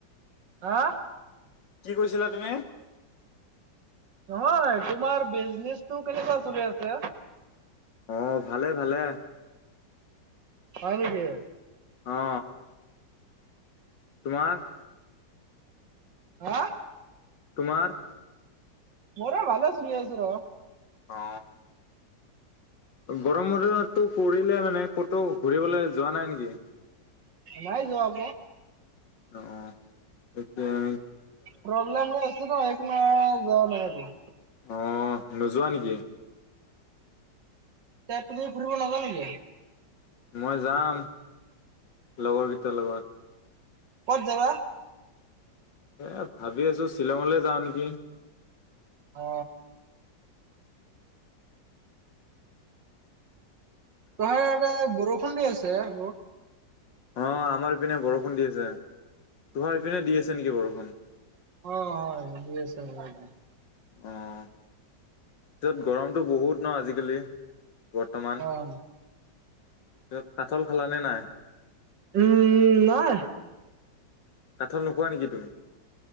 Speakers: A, on the right (about 80°); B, on the left (about 80°).
A: হা!
B: কি কৈছিলা তুমি?
A: নহয় তোমাৰ বিজনেচটো কেনেকুৱা চলি আছে?
B: অ ভালে ভালে।
A: হয় নেকি?
B: অ। তোমাৰ?
A: হা!
B: তোমাৰ?
A: মোৰ ভালে চলি আছে ৰ।
B: অ। গৰম বন্ধতো পৰিলে মানে ক'তো ঘূৰিবলৈ যোৱা নাই নেকি?
A: নাই যোৱা আকৌ।
B: অহ। <unintelligible>
A: প্ৰব্লেম হৈ আছে ন সেইকাৰণে যোৱা নাই আৰু।
B: অ নোযোৱা নেকি?
A: এ তুমি ফুৰিব নোযোৱা নেকি?
B: মই যাম লগৰকেইটাৰ লগত।
A: কত যাবা?
B: এই ভাবি আছোঁ শ্বিলঙলৈ যাওঁ নেকি?
A: অ। তাৰ ইয়াতে বৰষুণ দি আছে আকৌ।
B: অঁ আমাৰ ইপিনে বৰষুণ দি আছে। তোমাৰ পিনে দি আছে নেকি বৰষুণ?
A: অ হয় দি আছে আমাৰ পিনে।
B: অঁ পিছত গৰমটো বহুত ন আজিকালি। বৰ্তমান
A: অ'।
B: কাঠাল খালানে নাই?
A: উম নাই।
B: কাঠাল নোখোৱা নেকি তুমি?